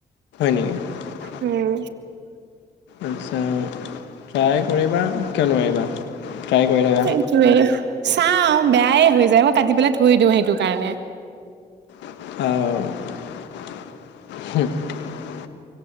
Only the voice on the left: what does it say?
<inaudible>
আচ্ছা ট্ৰাই কৰিবা কিয় নোৱাৰিবা? ট্ৰাই কৰি থাকা
অহ।